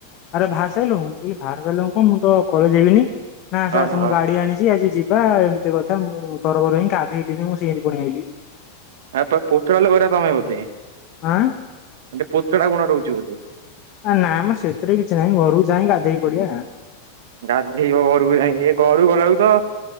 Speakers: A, on the left; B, on the right.
A: ଆରେ ବାହାରି ସାରିଲୁଁ ମୁଁ କହିଲି ବାହାର ସାରିଲୁଣୁ କଣ ମୁଁ ତ କଲେଜ ଯିବିନି। ନା ଆସେ
B: ଓହୋ
A: ଆସେ ମୁଁ ଗାଡ଼ି ଆଣିଛି ଆଜି ଯିବା ଏମିତି କଥା ମୁଁ ତରବର ହିଁ ଗାଧେଇଲିନି ମୁଁ ସେମିତି ପଳେଇ ଆଇଲି।
B: ଆ ତ ପୋଷ୍ଟାଲ୍ କରିବା ତମେ ହେଉଛି।
A: ଆଁ
B: ଆ ଟିକେ ପୋଚଳା ଗୁଣ ରହୁଛି ବୋଧେ?
A: ଆ ନାଁମ ସେଥିରେ କିଛି ନାହିଁ ଘରକୁ ଯାଇ ଗାଧେଇ ପଡ଼ିବା।
B: ଗାଧେଇବ ଘରୁକୁ ଯାଇକି ଘରୁକୁ ଗଲା ବେଳକୁ ତ